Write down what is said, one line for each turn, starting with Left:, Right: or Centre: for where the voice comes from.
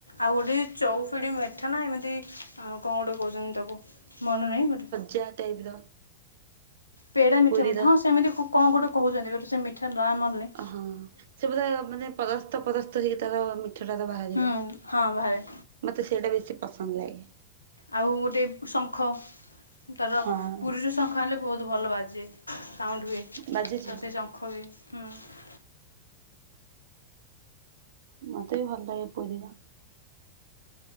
Left: ଆଉ ଗୋଟେ ଚଉଫିଡ଼ି ମେଠନା ଏମିତି କଣ ଗୋଟେ କହୁଚନ୍ତି। ତାକୁ ମନ ନାହିଁ ଭାଟ୍
Right: ଜା ଟାଇପ୍ ର।
Left: ପେଡା ମିଠା
Right: ପୁରୀର
Left: ବୋଧ ହଁ ସେମିତି କଣ ଗୋଟେ କହୁଛନ୍ତି ସେ ମିଠା ନାଁ ମଲେ
Right: ହଁ ହଁ ସେ ବୋଧେ ମାନେ ପରସ୍ତ ପରସ୍ତ ହେଇକି ତାର ମିଠାଟା ତ ବାହାରିବ।
Left: ହଁ ହଁ ବାହାରେ।
Right: ମତେ ସେଇଟା ବେଶୀ ପସନ୍ଦ ଲାଗେ।
Left: ଆଉ ଗୋଟେ ଶଙ୍ଖ ତାର
Right: ହଁ
Left: ପୁରୀରୁ ଶଙ୍ଖ ଆଣିଲେ ବୋହୁତ ଭଲ ବାଜେ। ସାଉଣ୍ଡ ହୁଏ ତ
Right: ବାଜୁଛି
Left: ସେଇ ଶଙ୍ଖ ବି ହୁଁ।
Right: ମତେ ବି ଭଲ ଲାଗେ ପୁରୀର।